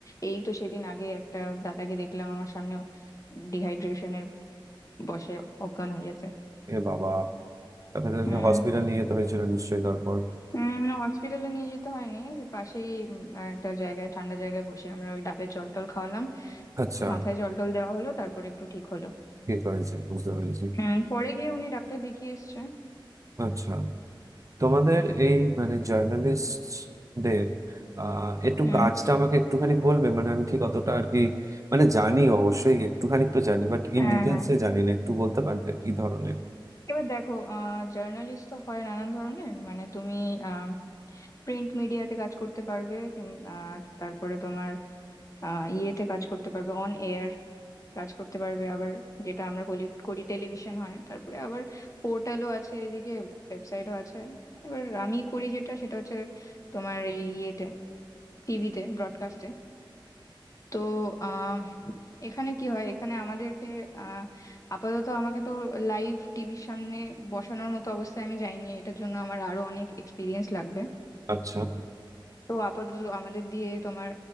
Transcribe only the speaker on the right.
এ বাবা তাকে তো
সে হসপিটাল নিয়ে যেতে হয়েছিল নিশ্চয়ই তারপর
আচ্ছা
ঠিক হয়েছে বুঝতে পেরেছি
আচ্ছা তোমাদের এই মানে জার্নালিস্টদের আহ একটু
কাজটা আমাকে একটুখানি বলবে মানে আমি ঠিক অতটা আর কি মানে জানি অবশ্যই একটুখানি তো জানি বাট ইন
ডিটেলসে
জানি না একটু বলতে পারবে কি ধরনের
আচ্ছা